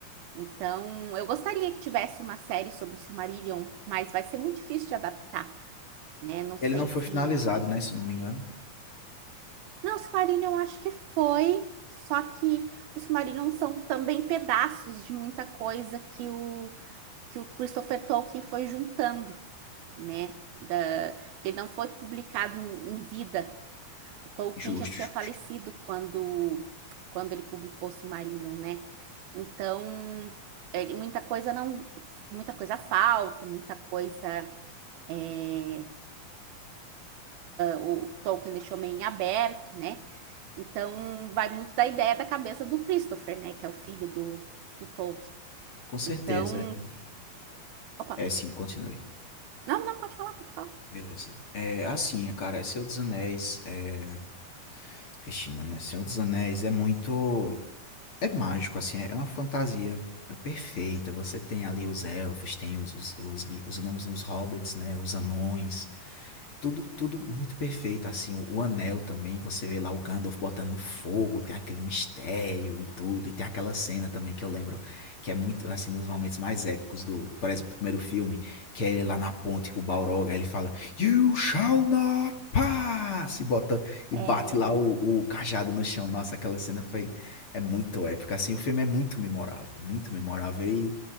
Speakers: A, on the right (about 85°); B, on the left (about 40°).
A: Então, eu gostaria que tivesse uma série sobre o Silmarillion, mas vai ser muito difícil de adaptar, né? Não
B: Ele
A: sei
B: não foi
A: se
B: finalizado, né, se eu não me engano.
A: Não, Silmarillion eu acho que foi, só que os Silmarillion são também pedaços de muita coisa que o, que o Christopher Tolkien foi juntando, né? Da, porque não foi publicado em, em vida. O Tolkien
B: Justo,
A: já tinha falecido
B: justo.
A: quando, quando ele publicou o Silmarillion, né? Então, ele- muita coisa não, muita coisa falta, muita coisa é, o Tolkien deixou meio em aberto, né? Então, vai muito da ideia da cabeça do Christopher, né? Que é o filho do, do Tolkien.
B: Com certeza.
A: Então,
B: E-
A: opa,
B: É, sim, continue.
A: não, não, pode falar, pode falar.
B: Beleza. É, assim, cara, é Senhor dos Anéis, é... Cristina, né? Senhor dos Anéis é muito... É mágico, assim, é uma fantasia perfeita. Você tem ali os elfos, tem os, os, os, gui- os gnomos, os hobbits, né? Os anões. É Tudo, tudo muito perfeito, assim, o, o anel também, você vê lá o Gandalf botando no fogo, tem aquele mistério e tudo, e tem aquela cena também que eu lembro, que é muito, assim, um dos momentos mais épicos do, por exemplo, do primeiro filme, que é ele lá na ponte com o Balrog, aí ele fala, You shall not pass, e bota, e
A: É,
B: bate lá o, o cajado no chão, nossa, aquela cena foi, é muito épica, assim, o filme é muito memorável, muito memorável, e